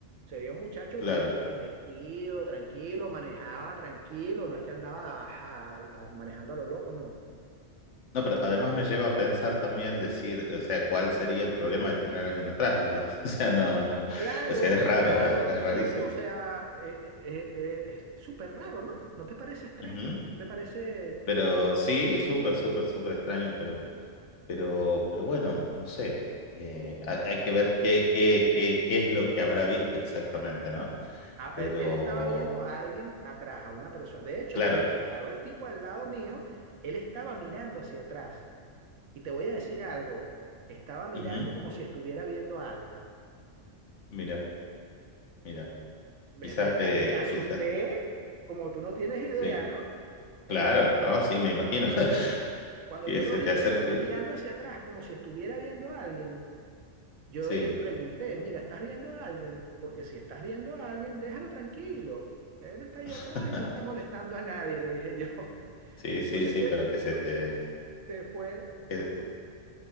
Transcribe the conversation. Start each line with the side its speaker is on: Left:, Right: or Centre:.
Right: se veía un muchacho
Left: claro,
Right: bien, bien vestido, tranquilo, manejaba tranquilo, no es que andaba ajá, a- manejando a lo loco, no.
Left: No, pero además me lleva a pensar también decir, o sea, cuál sería el problema de tener a alguien atrás, digamos. <laughs> O sea, no, no,
Right: Claro,
Left: o sea, es raro,
Right: claro,
Left: es, es rarísimo.
Right: sí, o sea, eh, eh, eh, eh, es súper raro, ¿no? ¿No te parece extraño?
Left: Ujú.
Right: ¿No te parece
Left: Pero sí, súper, súper, súper extraño, pero, pero, pero bueno, no sé. Eh, ha- hay que ver qué, qué, qué, qué es lo que habrá visto exactamente, ¿no?
Right: a-
Left: Pero,
Right: él, él estaba viendo a alguien atrás, a una persona. De hecho,
Left: claro,
Right: cuando se paró el tipo al lado mío, él estaba mirando hacia atrás. Y te voy a decir algo, estaba mirando
Left: ujú,
Right: como si estuviera viendo a alguien.
Left: Mira, mira,
Right: Me,
Left: quizás
Right: me, ca-
Left: le,
Right: me asusté,
Left: quizás,
Right: como tú no tienes idea,
Left: sí,
Right: ¿no?
Left: claro,
Right: Entonces, ahí
Left: ¿no?
Right: cuando
Left: Sí,
Right: yo,
Left: me
Right: lo-
Left: imagino <laughs>
Right: cuando
Left: que
Right: yo
Left: se
Right: lo vi
Left: te acerque,
Right: que él estaba mirando hacia atrás, como si estuviera viendo a alguien, Yo
Left: sí.
Right: le pregunté, mira, ¿estás viendo a alguien? Porque si estás viendo a alguien, déjalo tranquilo. Él está ahí
Left: <laughs>
Right: atrás y no está molestando a nadie, le dije yo. <laughs>
Left: Sí,
Right: Y
Left: sí,
Right: entonces
Left: sí,
Right: ahí
Left: pero
Right: el tipo
Left: que se te,
Right: se, se fue, se
Left: que-
Right: fue.